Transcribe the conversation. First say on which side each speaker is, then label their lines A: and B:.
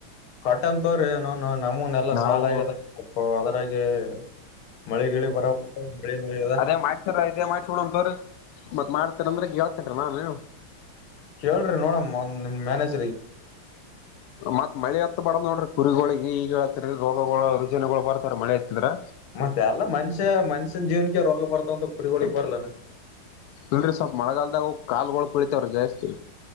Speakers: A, on the left (about 75°); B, on the left (about 90°).
A: ಕಟ್ಟಂತವ್ರಿ ಏನು ನಮೂನ್ ಎಲ್ಲಾ
B: ನಾವು
A: ಸಾಲ ಆಗ್ಯದ ಅದ್ರಾಗೆ ಮಳಿ ಗಿಳಿ ಬರ ಮಳಿ ಆಗ್ಯದ
B: ಅದೇ ಮಾಡ್ಸರ ಇದೇ ಮಾಡ್ಸಬೀಡನ್ ತಡಿ ಮತ್ ಮಾಡ್ತಾರಂದ್ರೆ ಗ ಹತನ್ರ ನಾನು
A: ಕೇಳ್ರಿ ನೋಡಣ ನಿಮ್ ಮ್ಯಾನೆಜ್
B: ಮತ್ ಮಳೆ ಎತ್ ಬರಲ್ಲ ನೋಡ್ರಿ ಕುರಿಗಳಿಗೆ ಈಗ ಹತ್ರ ರೋಗಗಳು ರುಜಿನಗಳು ಬರ್ತಾರೆ ಮಳೆ ಹತ್ತಂದ್ರೆ
A: ಮತ್ತೆ ಎಲ್ಲ ಮನುಷ್ಯ ಮನುಷ್ಯನ್ ಜೀವನಕ್ಕೆ ರೋಗ ಬರ್ತವಂತ ಕುರಿಗಳಿಗ್ ಬರ್ಲಾನೊ
B: ಅಲ್ರರಿ ಸ್ವಲ್ಪ್ ಮಳೆಗಾಲ್ದಾಗ ಕಾಲ್ಗಳ್ ಕೊಳಿತವ್ ರೀ ಜಾಸ್ತಿ